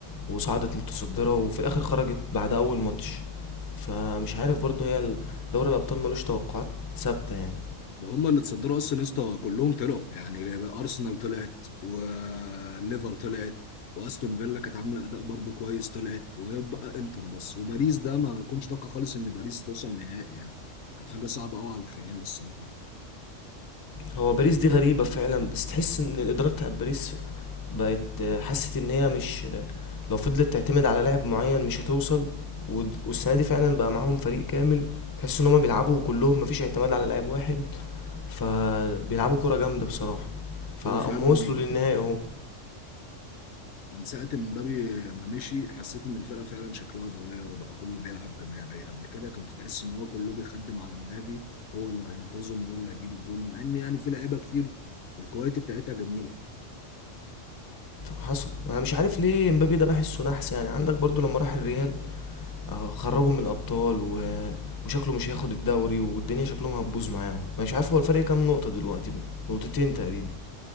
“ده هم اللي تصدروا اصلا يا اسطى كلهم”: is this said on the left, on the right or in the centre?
Left